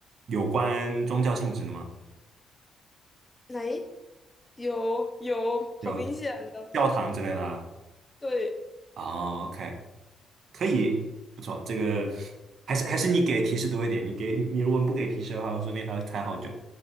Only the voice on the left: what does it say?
哎，有有，
好明显的，
对。